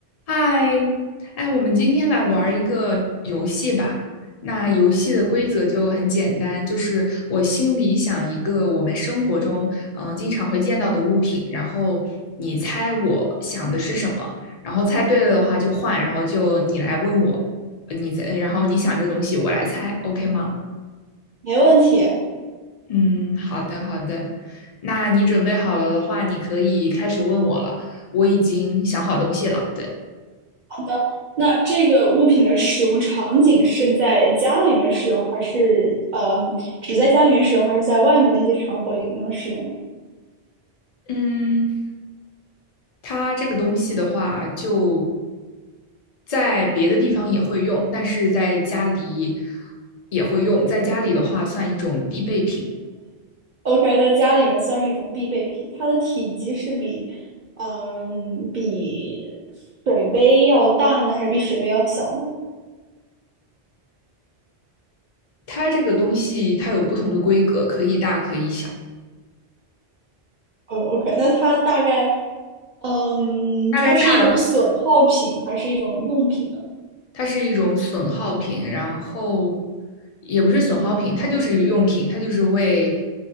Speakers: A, on the left (about 50°); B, on the right (about 55°).
A: 嗨，哎，我们今天来玩儿一个游戏吧。那游戏的规则就很简单，就是我心里想一个我们生活中嗯、呃经常会见到的物品，然后你猜我想的是什么，然后猜对了的话就换，然后就你来问我，呃你猜，然后你想这个东西我来猜，OK 吗？
B: 没问题。
A: 嗯，好的好的。那你准备好了的话，你可以开始问我了。我已经想好东西了，对。
B: 好的，那这个物品的使用场景是在家里面使用，还是嗯，只在家里面使用，还是在外面的一些场合也能使用呢
A: 嗯，它这个东西的话，就在别的地方也会用，但是在家里也会用。在家里的话，算一种必备品。
B: ？OK，在家里面算是一种必备品，它的体积是比嗯比水杯要大呢，还是比水杯要小呢？
A: 它这个东西它有不同的规格，可以大可以小。
B: 呃，OK，那它大概嗯，
A: 大概大的，
B: 它是一种损耗品，还是一种用品呢？
A: 它是一种损耗品，然后也不是损耗品，它就是用品，它就是为